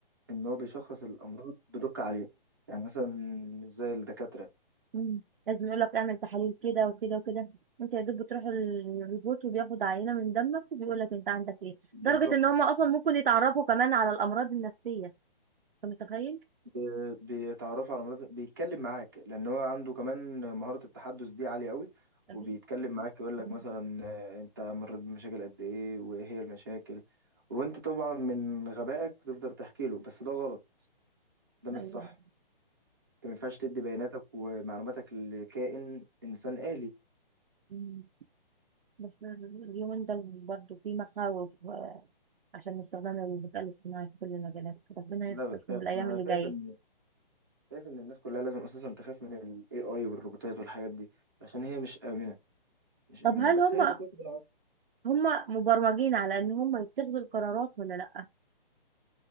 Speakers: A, on the right; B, on the right.
A: ان هو بيشخص الامراض بدقة عالية يعني مثلا مش زي الدكاترة
B: مم. لازم يقول لك اعمل تحاليل كده وكده وكده انت يا دوب بتروح الروبوت وبياخد عينه من دمك وبيقول لك انت عندك ايه
A: بالظبط
B: لدرجه ان هم اصلا ممكن يتعرفوا كمان على الامراض النفسيه انت متخيل
A: ب- بيتعرفوا على مناطق بيتكلم معاك لان هو عنده كمان مهارة التحدث دي عالية قوي
B: أكيد.
A: وبيتكلم معاك يقول لك
B: مم.
A: مثلا آه، انت مريت بمشاكل قد ايه وايه هي المشاكل وانت طبعا من غبائك تقدر تحكي له بس ده غلط ده مش
B: ايوه
A: صح انت ما ينفعش تدي بياناتك ومعلوماتك لكائن انسان آلي
B: مم. بس اليومين دول برضه في مخاوف عشان استخدام الذكاء الاصطناعي في كل المجالات ربنا
A: لا
B: يستر
A: بتخاف
B: في الأيام
A: انا
B: اللي جاية
A: شايف ان شايف ان الناس كلها لازم اساسا تخاف من الاي اي والروبوتات والحاجات دي عشان هي مش آمنة مش
B: طب
A: آمنة
B: هل
A: بس
B: هم
A: هي بتواكب
B: هم مبرمجين على إن هم يتخذوا القرارات ولا لأ؟